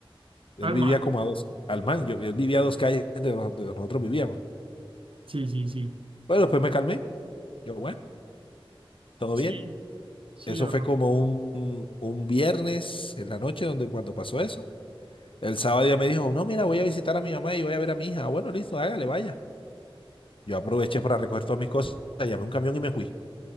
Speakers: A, on the left; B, on the right.
A: Él
B: Alma,
A: vivía como a dos, al man, yo, él vivía a dos calles de donde nosotros vivíamos.
B: sí, sí, sí.
A: Pero después me calmé. Yo, bueno, todo
B: Sí,
A: bien.
B: sí,
A: Eso
B: o-
A: fue como un, un viernes en la noche donde cuando pasó eso. El sábado ya me dijo, no, mira, voy a visitar a mi mamá y voy a ver a mi hija. "Ah, Bueno, listo, hágale, vaya. Yo aproveché para recoger todas mis cosas, llamé un camión y me fui.